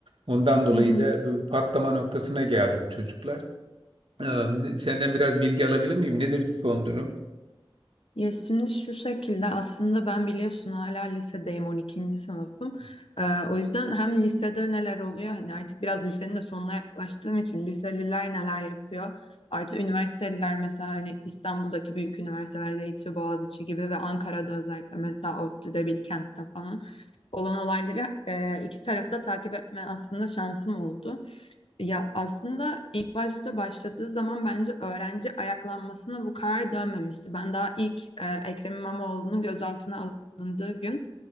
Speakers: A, on the right (about 65°); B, on the left (about 70°).
A: Ondan dolayı
B: Hı hı.
A: da bu patlama noktasına geldi bu çocuklar. Ee, Senden biraz bilgi alabilir miyim? Nedir son durum?
B: Ya şimdi şu şekilde aslında ben biliyorsun hala lisedeyim 12. sınıfım. Ee, o yüzden hem lisede neler oluyor hani artık biraz lisenin de sonuna yaklaştığım için liseliler neler yapıyor. Artı üniversiteliler mesela hani İstanbul'daki büyük üniversitelerde İTÜ, Boğaziçi gibi ve Ankara'da özellikle mesela ODTÜ'de, Bilkent'te falan olan olayları e, iki tarafı da takip etme aslında şansım oldu. Ya aslında ilk başta başladığı zaman bence öğrenci ayaklanmasına bu kadar dönmemişti. Ben daha ilk e, Ekrem İmamoğlu'nun gözaltına alındığı gün